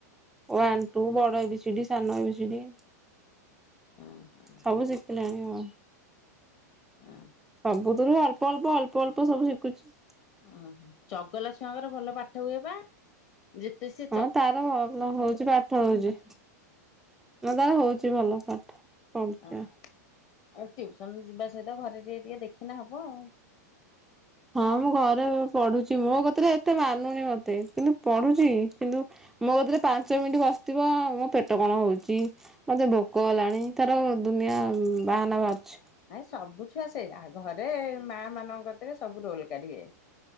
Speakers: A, in the centre; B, on the left.
A: ୱାନ୍ ଟୁ ବଡ ଏବି ସି ଡି ସାନ ଏବି ସି ଡି।
B: ହଁ ହଁ
A: ସବୁ ଶିଖିଲାଣି ହଁ।
B: ଆ
A: ସବୁଥିରୁ ଅଳ୍ପ ଅଳ୍ପ ଅଳ୍ପ ଅଳ୍ପ ସବୁ ଶିଖୁଛି।
B: ଓହୋ ଚଗଲା ଛୁଆଙ୍କର ଭଲ ପାଠ ହୁଏ ପା? ଯେତେ ସେ
A: ହଁ ତାର ଭଲ ହଉଛି ପାଠ ହଉଛି ତାର ହଉଛି ଭଲ। ପଢୁଛି।
B: ଅ ଆଉ ଟିଉସନ ଯିବା ସହିତ ଘରେ ଟିକେ ଟିକେ ଦେଖିଲେ ହବ ଆଉ।
A: ହଁ ମୁଁ ଘରେ ପଢୁଛି ମୋ କତିରେ ଏତେ ମାନୁନି ମତେ କିନ୍ତୁ ପଢୁଛି କିନ୍ତୁ ମୋ କତିରେ ପାଞ୍ଚ ମିନିଟ୍ ବସିଥିବ ମୋ ପେଟ କଣ ହଉଛି ମତେ ଭୋକ ହେଲାଣି ତାର ଦୁନିଆ ବାହାନା ବାହାରୁଛି।
B: ନାଇଁ ସବୁ ଛୁଆ ସେ ଆ ଘରେ ମା ମାନଙ୍କ କତିରେ ସବୁ ରୋଲ କାଢିବେ।